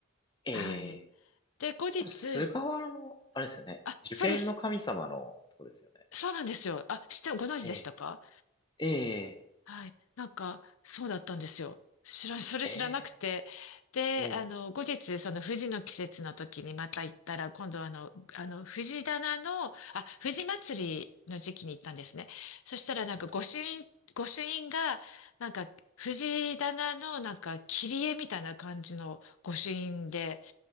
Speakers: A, on the left (about 20°); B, on the left (about 75°).
A: え
B: はい。
A: え
B: で、後日、
A: 多分菅原の、あれですよね。
B: あ、
A: 受験の神様のとこですよね。
B: そうです。そうなんですよ。あ、して、ご存知でしたか
A: ええ、ええ、
B: はい。なんか、そうだったんですよ。知ら、それ知らなくて。
A: ええ、
B: で、
A: うん、
B: あの、後日、その藤の季節の時にまた行ったら、今度はあの、あの、藤棚の、あ、藤祭りの時期に行ったんですね。そしたらなんか、
A: うん
B: 御朱印、御朱印が、なんか、藤棚のなんか、切り絵みたいな感じの御朱印で、